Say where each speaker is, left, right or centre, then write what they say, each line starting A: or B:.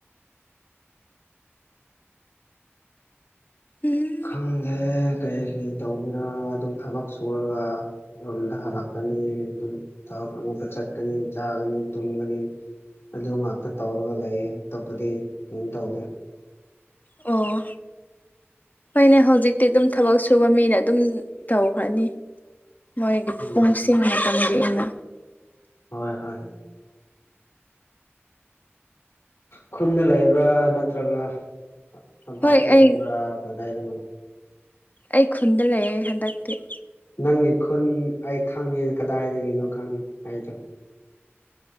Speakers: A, on the left; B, on the left.
A: ꯎꯝ
B: ꯈꯪꯗꯦ ꯀꯔꯤ ꯀꯔꯤ ꯇꯧꯕꯒꯔꯥ ꯑꯗꯨꯝ ꯊꯕꯛ ꯁꯨꯔꯒ ꯑꯗꯨ ꯂꯥꯛꯀꯅꯤ ꯊꯒꯅꯤ ꯆꯠꯀꯅꯤ ꯆꯥꯒꯅꯤ ꯇꯨꯝꯒꯅꯤ ꯑꯗꯨ ꯉꯥꯛꯇ ꯇꯧꯔꯒ ꯂꯩꯌꯦ ꯑꯇꯣꯞꯄꯗꯤ ꯀꯝ ꯇꯧꯗꯦ
A: ꯑꯣ ꯍꯣꯏꯅꯦ ꯍꯧꯖꯤꯛꯇꯤ ꯑꯗꯨꯝ ꯊꯕꯛ ꯁꯨꯕ ꯃꯤꯅ ꯑꯗꯨꯝ ꯇꯧꯈ꯭ꯔꯅꯤ ꯃꯣꯏꯒꯤ
B: ꯎꯝ
A: ꯄꯨꯡꯁꯤꯡ ꯃꯄꯝꯒꯤꯅ
B: ꯍꯣꯏ ꯍꯣꯏ ꯈꯨꯟꯗ ꯂꯩꯕ꯭ꯔꯥ ꯅꯠꯇ꯭ꯔꯒ ꯇꯝꯄꯥꯛꯇ
A: ꯍꯣꯏ ꯑꯩ
B: ꯂꯩꯕ꯭ꯔꯥ ꯀꯗꯥꯏꯗꯅꯣ
A: ꯑꯩ ꯈꯨꯟꯗꯥ ꯂꯩꯌꯦ ꯍꯟꯗꯛꯇꯤ
B: ꯅꯪꯒꯤ ꯈꯨꯟ ꯑꯩ ꯈꯪꯉꯦ ꯀꯗꯥꯏꯗꯥꯒꯤꯅꯣ ꯈꯪꯉꯦ ꯑꯩꯗꯣ